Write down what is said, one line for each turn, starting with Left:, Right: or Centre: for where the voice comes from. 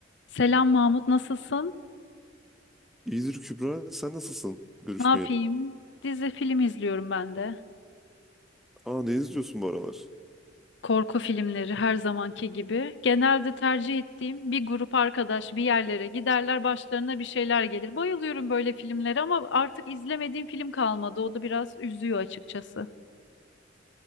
Left: Selam Mahmut, nasılsın?
Centre: İyidir Kübra. Sen nasılsın? Görüşmeyeli.
Left: Ne yapayım? Dizi film izliyorum ben de.
Centre: Aa ne izliyorsun bu aralar?
Left: Korku filmleri her zamanki gibi. Genelde tercih ettiğim bir grup arkadaş bir yerlere giderler, başlarına bir şeyler gelir. Bayılıyorum böyle filmlere ama artık izlemediğim film kalmadı. O da biraz üzüyor açıkçası.